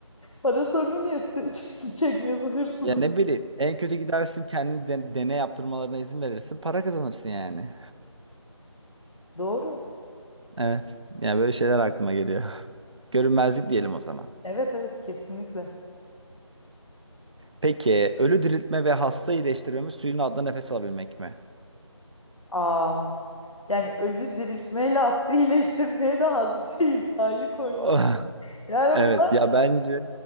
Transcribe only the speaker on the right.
Ya ne bileyim en kötü gidersin kendini de- deney yaptırmalarına izin verirsin. Para kazanırsın yani.
Evet. Yani böyle şeyler aklıma geliyor. <laughs> Görünmezlik diyelim o zaman.
Peki ölü diriltme ve hasta iyileştirme mi suyun altında nefes alabilmek mi?
<laughs>
Evet
ya bence